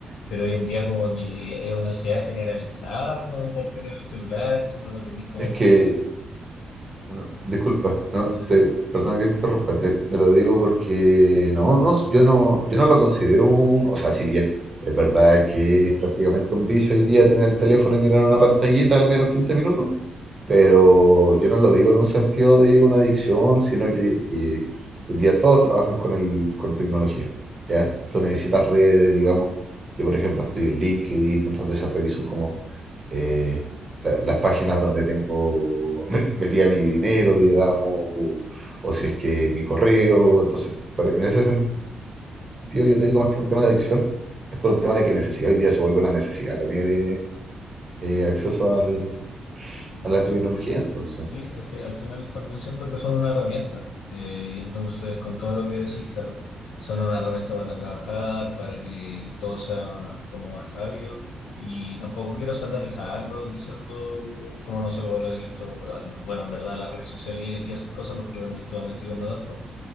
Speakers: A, on the left (about 75°); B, on the right (about 40°).
A: Pero hoy en día como que es una ansiedad generalizada como por tener el celular, si no lo tenés como
B: Es que
A: que...
B: No, Disculpa, no,
A: No lo tenés,
B: te, perdona que te interrumpa, te, te lo digo porque no, no, yo no, yo no lo considero un, o sea, si bien es verdad que es prácticamente un vicio hoy día tener el teléfono y mirar una pantallita al menos 15 minutos, pero yo no lo digo en un sentido de una adicción, sino que eh, hoy día todos trabajan con el, con tecnología, ¿ya? Tú necesitas redes,
A: claro.
B: digamos. Yo, por ejemplo, estoy en LinkedIn, muchas veces reviso como eh, la- las páginas donde tengo <laughs> met- metida mi dinero, digamos, o, o si es que mi correo. Entonces, por- en ese sentido, yo te digo más que un tema de adicción, es por un tema de que necesidad. Hoy día se vuelve una necesidad tener eh, eh, acceso al-
A: Sí,
B: a
A: por
B: la tecnología.
A: supuesto.
B: Entonces,
A: Sí, es que al final también siento que son una herramienta. eh, y entonces, con todo lo que decís, claro, son una herramienta para trabajar, para que todo sea como más rápido. Y tampoco quiero satanizarlo diciendo, como no sé, bueno, los electro, al- bueno, en verdad las redes sociales y, y esas cosas, porque los electrodomésticos no tanto.